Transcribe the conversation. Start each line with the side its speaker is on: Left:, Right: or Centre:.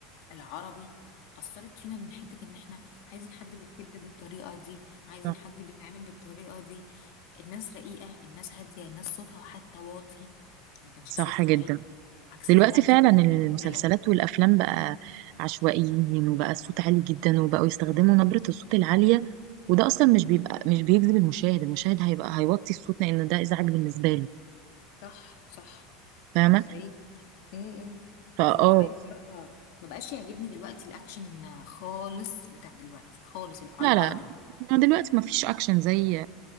Left: العربي أثرت فينا من حتة إن إحنا عايزين حد بيحب بالطريقة دي عايزين
Right: صح
Left: حد بيتعامل بالطريقة دي الناس رقيقة الناس هادية الناس صوتها حتى واطي ما كانش
Right: صح
Left: صوتها
Right: جدا
Left: عالي عكس
Right: دلوقتي
Left: دلوقتي
Right: فعلا المسلسلات
Left: فيها رجالة
Right: والافلام بقى عشوائيين وبقى الصوت عالي جدا وبقوا يستخدموا نبرة الصوت العالية وده اصلا مش بيبقى مش بيجذب المشاهد المشاهد هيبقى هيوطي الصوت لان ده ازعاج بالنسبة له
Left: صح صح
Right: فاهمة
Left: بالنسبة لي م-م.
Right: فاه
Left: بالنسبة لي بصراحة ما بقاش يعجبني دلوقتي الأكشن خالص بتاع دلوقتي خالص العربي
Right: لا لا دلوقتي ما فيش اكشن زي